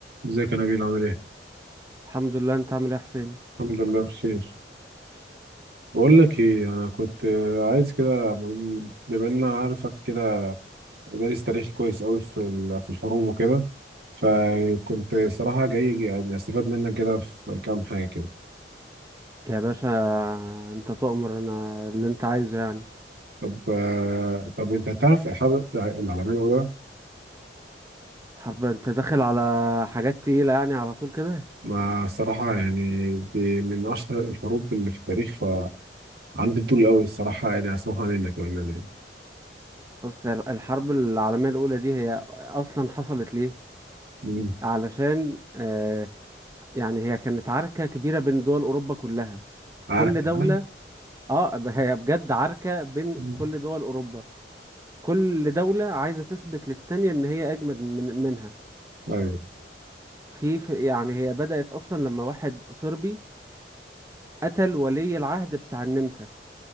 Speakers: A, on the right; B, on the right.
A: ازيك يا نبيل عامل ايه؟
B: الحمد لله انت عامل ايه يا حسين
A: الحمد لله بخير بقول لك ايه انا كنت آه، عايز كده بما ان انا عارفك كده دارس تاريخ كويس قوي في ال- في الحروب وكده فكنت صراحة جاي يعني استفاد منك كده في كام حاجة كده
B: يا باشا انت تؤمر انا اللي انت عايزه يعني
A: طب آه، طب انت تعرف الحرب العالمية الأولى
B: حرب انت داخل على حاجات تقيلة يعني على طول كده
A: ما الصراحة يعني دي من أشهر الحروب اللي في التاريخ فعندي فضول قوي الصراحة يعني أسمعها منك بأمانة يعني
B: بص ال- الحرب العالمية الأولى دي هي أصلا حصلت ليه؟
A: مم.
B: علشان آه يعني هي كانت عركة كبيرة بين دول أوروبا كلها
A: عارف
B: كل
A: تمام؟
B: دولة اه ب- هي بجد عركة بين
A: مم.
B: كل دول أوروبا كل دولة عايزة تثبت للتانية إن هي أجمد من منها
A: أيوه
B: في في- يعني هي بدأت أصلا لما واحد صربي قتل ولي العهد بتاع النمسا